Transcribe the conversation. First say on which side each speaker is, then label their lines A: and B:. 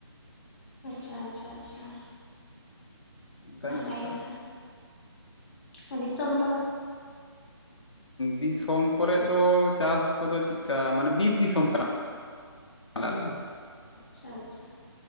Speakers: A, on the left; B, on the left.
A: ᱟᱪᱪᱷᱟ ᱟᱪᱪᱷᱟ ᱟᱪᱪᱷᱟ
B: ᱚᱱᱠᱟᱱ
A: ᱱᱟᱯᱟᱭ
B: ᱵᱮᱯᱟᱨ᱾
A: ᱠᱟᱛᱷᱟ᱾ ᱟᱨ ᱫᱤᱥᱚᱢ ᱫᱚ?
B: ᱫᱤᱥᱚᱢ ᱠᱚᱨᱮ ᱫᱚ ᱪᱟᱥ ᱠᱚᱫᱚ ᱪᱤᱠᱠᱟ ᱢᱟᱱᱮ ᱵᱤᱨ ᱫᱤᱥᱚᱢ ᱠᱟᱱᱟ᱾ ᱟ ᱟᱞᱮ ᱫᱚ᱾
A: ᱟᱪᱪᱷᱟ ᱟᱪᱪᱷᱟ᱾